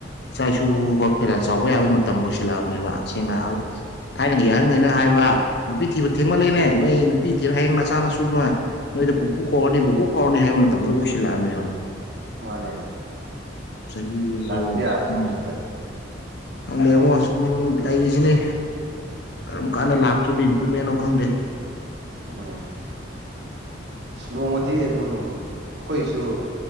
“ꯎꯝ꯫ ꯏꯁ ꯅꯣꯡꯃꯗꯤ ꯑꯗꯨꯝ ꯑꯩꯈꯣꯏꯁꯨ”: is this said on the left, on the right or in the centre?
Right